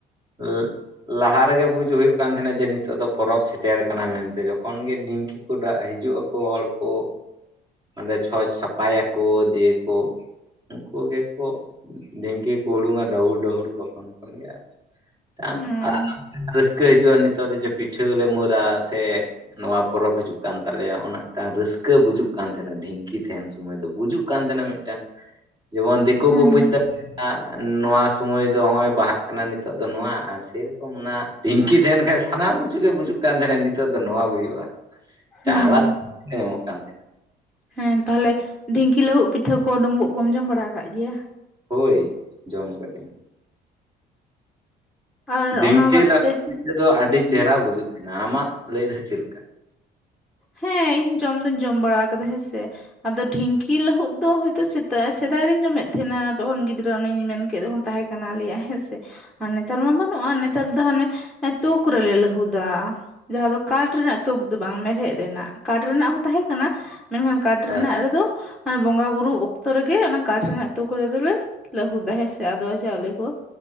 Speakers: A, on the right; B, in the centre.
A: ᱩᱸᱻ ᱞᱟᱦᱟ ᱨᱮᱜᱮ ᱵᱩᱡ ᱦᱩᱭᱩᱜ ᱠᱟᱱ ᱛᱟᱦᱮᱱᱟ ᱡᱮ, ᱱᱤᱛᱚᱜ ᱫᱚ ᱯᱚᱨᱚᱵᱽ ᱥᱮᱴᱮᱨ ᱟᱠᱟᱱᱟ ᱢᱮᱱᱛᱮ ᱾ ᱡᱚᱠᱷᱚᱱ ᱜᱮ ᱰᱷᱤᱝᱠᱤ ᱠᱚ ᱰᱟᱜ ᱦᱤᱡᱩᱜᱼᱟ᱾ ᱠᱚ ᱦᱚᱲ ᱠᱚ ᱚᱸᱰᱮ ᱪᱷᱚᱸᱪ ᱥᱟᱯᱷᱟᱭ ᱟᱠᱚ᱾ ᱫᱤᱭᱮ ᱠᱚ ᱩᱱᱠᱩ ᱜᱮᱠᱚ ᱰᱷᱤᱝᱠᱤ ᱠᱚ ᱦᱩᱲᱩᱝ ᱟ ᱰᱟᱹᱦᱩᱲ ᱰᱟᱹᱦᱩᱲ ᱛᱚᱠᱷᱚᱱ ᱠᱚ ᱞᱟᱹᱭ-ᱟ᱾ ᱢᱤᱫᱴᱟᱝ
B: ᱦᱩᱸ
A: ᱟᱞᱟᱫᱟ ᱢᱤᱫᱴᱟᱝ ᱨᱟᱹᱥᱠᱟᱹ ᱦᱤᱡᱩᱜᱼᱟ ᱱᱤᱛᱚᱜ ᱫᱚ ᱡᱮ ᱯᱤᱴᱷᱟᱹ ᱞᱮ ᱢᱟᱹᱨᱼᱟ ᱥᱮ ᱱᱚᱣᱟ ᱯᱚᱨᱚᱵᱽ ᱦᱤᱡᱩᱜ ᱠᱟᱱ ᱛᱟᱞᱮᱭᱟ᱾ ᱚᱱᱟ ᱢᱤᱫᱴᱟᱝ ᱨᱟᱹᱥᱠᱟᱹ ᱵᱩᱡᱩᱜ ᱠᱟᱱᱟ ᱛᱟᱦᱮᱱᱟ ᱰᱷᱤᱝᱠᱤ᱾ ᱼᱼᱠᱤ ᱛᱟᱦᱮᱱ ᱥᱚᱢᱚᱭ ᱫᱚ ᱵᱩᱡᱩᱜ ᱠᱟᱱ ᱛᱟᱦᱮᱱᱟ ᱢᱮᱫᱴᱟᱝ ᱾ ᱡᱮᱢᱚᱱ ᱫᱮᱠᱳ
B: ᱦᱩᱸ
A: ᱠᱚ ᱵᱩᱡ
B: ᱦᱩᱸ
A: ᱫᱟ᱾ ᱱᱚᱣᱟ ᱥᱚᱢᱚᱭ ᱫᱚ ᱦᱚᱜᱼᱚᱭ ᱵᱟᱦᱟᱜ ᱠᱟᱱᱟ ᱱᱤᱛᱚᱜ ᱫᱚ᱾ ᱱᱚᱣᱟ ᱟᱨ ᱥᱮ ᱨᱚᱠᱚᱢ ᱚᱱᱟ ᱰᱷᱤᱝᱠᱤ ᱛᱟᱦᱮᱱ ᱠᱷᱟᱡ ᱥᱟᱱᱟᱢ ᱠᱤᱪᱷᱩ ᱜᱮ ᱵᱩᱡᱩᱜ ᱠᱟᱱ ᱛᱟᱦᱮᱱᱟ᱾ ᱱᱤᱛᱚᱜ ᱫᱚ ᱱᱚᱣᱟ ᱦᱳᱭᱳᱜᱼᱟ᱾
B: ᱦᱩᱸ
A: ᱟᱞᱟᱫᱟ <inaudible> ᱧᱟᱢᱚᱜ ᱠᱟᱱ ᱛᱟᱦᱮᱱᱟ᱾
B: ᱦᱮᱸ ᱛᱟᱦᱚᱞᱮ ᱰᱷᱤᱝᱠᱤ ᱞᱟᱹᱦᱩᱫ ᱯᱤᱴᱷᱟᱹ ᱠᱚ, ᱰᱩᱢᱵᱩᱜ ᱠᱚᱢ ᱡᱚᱢ ᱵᱟᱲᱟ ᱟᱠᱟᱜ ᱜᱮᱭᱟ?
A: ᱦᱳᱭ ᱡᱚᱢ ᱟᱠᱟᱫᱟᱧ ᱾
B: ᱟᱨ
A: ᱰᱷᱤᱝᱠᱤ
B: ᱚᱱᱟ ᱵᱟᱫ
A: <unintelligible>
B: ᱛᱮ
A: ᱯᱤᱷᱟᱹ ᱫᱚ ᱟᱹᱰᱤ
B: ᱦᱩᱸ
A: ᱪᱮᱦᱨᱟ ᱵᱩᱡᱩᱜ ᱛᱟᱦᱮᱱᱟ᱾ ᱟᱢᱟᱜ ᱞᱟᱹᱭ ᱫᱚ ᱪᱮᱫ ᱞᱮᱠᱟ?
B: ᱦᱮᱸ ᱤᱧ ᱦᱚᱸ ᱡᱚᱢ ᱫᱩᱧ ᱡᱚᱢ ᱵᱟᱲᱟ ᱟᱠᱟᱫᱟ ᱦᱮᱸ ᱥᱮ᱾ ᱟᱫᱚ ᱰᱷᱤᱝᱠᱤ ᱞᱟᱹᱦᱩᱫ ᱫᱚ ᱦᱳᱭᱛᱳ ᱥᱮᱫᱟᱭ ᱨᱤᱧ ᱡᱚᱢᱮᱫ ᱛᱟᱦᱮᱱᱟ᱾ ᱡᱚᱠᱷᱚᱱ ᱜᱤᱫᱽᱨᱟᱹ ᱚᱱᱮᱧ ᱢᱮᱱ ᱠᱮᱫ ᱡᱚᱠᱷᱚᱱ ᱛᱟᱦᱮᱸ ᱥᱟᱱᱟ ᱞᱮᱭᱟ ᱦᱮᱸ ᱥᱮ ᱟᱨ ᱱᱮᱛᱟᱨ ᱢᱟ ᱵᱟᱹᱱᱩᱜᱼᱟ᱾ ᱱᱮᱛᱟᱨ ᱫᱚ ᱦᱟᱱᱮ ᱮᱸ ᱛᱩᱠ ᱠᱚᱨᱮ ᱞᱮ ᱞᱟᱹᱦᱩᱫᱟ᱾ ᱡᱟᱦᱟᱸ ᱫᱚ ᱠᱟᱴᱷ ᱨᱮᱱᱟᱜ ᱛᱩᱠ ᱵᱟᱝ ᱢᱮᱲᱦᱮᱫ ᱨᱮᱱᱟᱜ᱾ ᱠᱟᱴ ᱨᱮᱱᱟᱜ ᱦᱚᱸ ᱛᱟᱦᱮᱸ ᱠᱟᱱᱟ᱾ ᱢᱮᱱᱠᱷᱟᱱ ᱠᱟᱴᱷ
A: ᱦᱮᱸ
B: ᱨᱮᱱᱟᱜ ᱨᱮᱫᱚ ᱵᱚᱸᱜᱟ ᱵᱩᱨᱩ ᱚᱠᱛᱚ ᱨᱮᱜᱮ, ᱚᱱᱟ ᱠᱟᱴᱷ ᱨᱮᱱᱟᱜ ᱛᱩᱠ ᱨᱮ ᱫᱚᱞᱮ ᱞᱟᱹᱦᱩᱫᱟ ᱦᱮᱸ ᱥᱮ ᱟᱫᱣᱟ ᱪᱟᱣᱞᱮ ᱠᱚ᱾